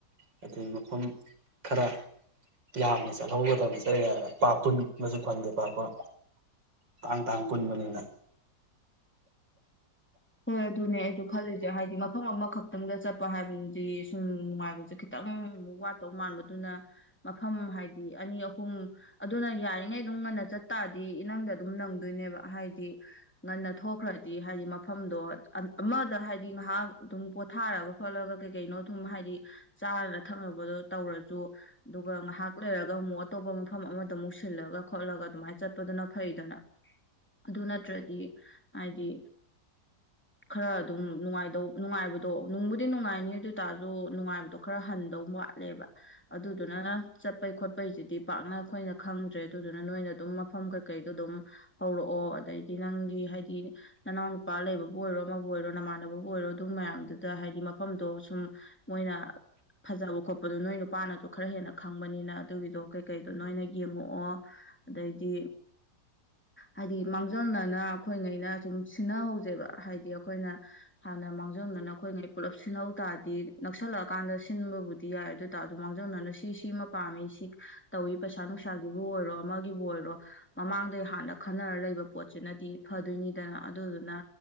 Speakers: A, on the right (about 85°); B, in the centre.
A: ꯍꯥꯏꯗꯤ ꯃꯐꯝ ꯈꯔ ꯌꯥꯝꯅ ꯆꯠꯍꯧꯒꯗꯧꯅꯤ ꯆꯠꯂꯤ <inaudible> ꯄꯥ ꯄꯨꯟꯕꯁꯨ ꯐꯪꯗꯦ ꯄꯥꯛ-ꯄꯥꯛ ꯇꯥꯡ ꯇꯥꯡ ꯄꯨꯟꯕꯅꯤꯅ
B: ꯍꯣꯏ ꯑꯗꯨꯅꯦ ꯑꯩꯖꯨ ꯈꯜꯂꯤ ꯍꯥꯏꯗꯤ ꯃꯐꯝ ꯑꯃꯈꯛꯇꯪꯗ ꯆꯠꯄ ꯍꯥꯏꯕꯗꯨꯗꯤ ꯁꯨꯝ ꯅꯨꯡꯉꯥꯏꯕꯁꯦ ꯈꯤꯇꯪ ꯋꯥꯠꯇꯧ ꯃꯥꯟꯕ ꯑꯗꯨꯅ ꯃꯐꯝ ꯍꯥꯏꯗꯤ ꯑꯅꯤ ꯑꯍꯨꯝ ꯑꯗꯨꯅ ꯌꯥꯔꯤꯉꯩ ꯑꯗꯨꯝ ꯉꯟꯅ ꯆꯠꯇꯥꯥꯔꯗꯤ ꯏ ꯅꯪꯗ ꯑꯗꯨꯝ ꯅꯪꯗꯣꯏꯅꯦꯕ ꯍꯥꯏꯗꯤ ꯉꯟꯅ ꯊꯣꯛꯈ꯭ꯔꯗꯤ ꯍꯥꯏꯗꯤ ꯃꯐꯝ ꯃꯐꯝꯗꯣ ꯑꯃꯗ ꯍꯥꯏꯗꯤ ꯉꯥꯏꯍꯥꯛ ꯑꯗꯨꯝ ꯄꯣꯊꯥꯔꯒ ꯈꯣꯠꯂꯒ ꯀꯩ ꯀꯩꯅꯣ ꯑꯗꯨꯝ ꯍꯥꯏꯗꯤ ꯆꯥꯔꯅ ꯊꯛꯅꯕꯗꯣ ꯇꯧꯔꯖꯨ ꯑꯗꯨꯒ ꯉꯥꯏꯍꯥꯛ ꯂꯩꯔꯒ ꯑꯃꯨꯛ ꯑꯇꯣꯞꯄ ꯃꯐꯝ ꯑꯃꯗ ꯑꯃꯨꯛ ꯁꯤꯜꯂꯒ ꯈꯣꯠꯂꯒ ꯑꯗꯨꯃꯥꯏꯅ ꯆꯠꯄꯗꯨꯅ ꯐꯩꯗꯅ ꯑꯗꯨ ꯅꯠꯇ꯭ꯔꯗꯤ ꯍꯥꯏꯗꯤ ꯈꯔ ꯑꯗꯨꯝ ꯅꯨꯡꯉꯥꯏꯗꯧ ꯅꯨꯡꯉꯥꯏꯕꯗꯣ ꯅꯨꯡꯕꯨꯗꯤ ꯅꯨꯡꯉꯥꯏꯅꯤ ꯑꯗꯨ ꯑꯣꯏꯇꯥꯔꯁꯨ ꯅꯨꯡꯉꯥꯏꯕꯗꯣ ꯈꯔ ꯍꯟꯗꯧ ꯋꯥꯠꯂꯦꯕ ꯑꯗꯨꯗꯨꯅ ꯆꯠꯄꯩ ꯈꯣꯠꯄꯩꯁꯤꯗꯤ ꯄꯥꯛꯅ ꯑꯩꯈꯣꯏꯅ ꯈꯪꯗ꯭ꯔꯦ ꯑꯗꯨꯗꯨꯅ ꯅꯣꯏꯅ ꯑꯗꯨꯝ ꯃꯐꯝ ꯀꯩꯀꯩꯗꯣ ꯑꯗꯨꯝ ꯍꯧꯔꯛꯑꯣ ꯑꯗꯩꯗꯤ ꯅꯪꯒꯤ ꯍꯥꯏꯗꯤ ꯅꯅꯥꯎ ꯅꯨꯄꯥ ꯂꯩꯕꯕꯨ ꯑꯣꯏꯔꯣ ꯑꯃꯕꯨ ꯑꯣꯏꯔꯣ ꯅꯃꯥꯟꯅꯕꯕꯨ ꯑꯣꯏꯔꯣ ꯑꯗꯨ ꯃꯌꯥꯝꯗꯨꯗ ꯍꯥꯏꯗꯤ ꯃꯐꯝꯗꯣ ꯁꯨꯝ ꯃꯣꯏꯅ ꯐꯖꯕ ꯈꯣꯠꯄꯗꯣ ꯅꯣꯏ ꯅꯨꯄꯥꯅꯁꯨ ꯈꯔ ꯍꯦꯟꯅ ꯈꯪꯕꯅꯤꯅ ꯑꯗꯨꯒꯤꯗꯣ ꯀꯩꯀꯩꯗꯣ ꯅꯣꯏꯅ ꯌꯦꯡꯉꯛꯑꯣ ꯑꯗꯩꯗꯤ ꯍꯥꯏꯗꯤ ꯃꯥꯡꯖꯧꯅꯅ ꯑꯩꯈꯣꯏꯉꯩꯅ ꯁꯨꯝ ꯁꯤꯟꯅ <unintelligible> ꯍꯥꯏꯗꯤ ꯑꯩꯈꯣꯏꯅ ꯍꯥꯟꯅ ꯃꯥꯡꯖꯧꯅꯅ ꯑꯩꯈꯣꯏꯉꯩ ꯄꯨꯜꯂꯞ ꯁꯤꯟꯍꯧ ꯇꯥꯔꯗꯤ ꯅꯛꯁꯜꯂꯛꯀꯥꯟꯗ ꯁꯤꯟꯕꯕꯨꯗꯤ ꯌꯥꯏ ꯑꯗꯨ ꯑꯣꯏꯇꯥꯔ ꯑꯗꯨ ꯃꯥꯡꯖꯧꯅꯅ ꯁꯤ ꯁꯤꯃ ꯄꯥꯝꯃꯤ ꯁꯤ ꯇꯧꯏ ꯄꯩꯁꯥ ꯅꯨꯡꯁꯥꯒꯤꯕꯨ ꯑꯣꯏꯔꯣ ꯑꯃꯒꯤꯕꯨ ꯑꯣꯏꯔꯣ ꯃꯃꯥꯡꯗꯩ ꯍꯥꯟꯅ ꯈꯟꯅꯔ ꯂꯩꯕ ꯄꯣꯠꯁꯤꯅꯗꯤ ꯐꯗꯣꯏꯅꯤꯗꯅ ꯑꯗꯨꯗꯨꯅ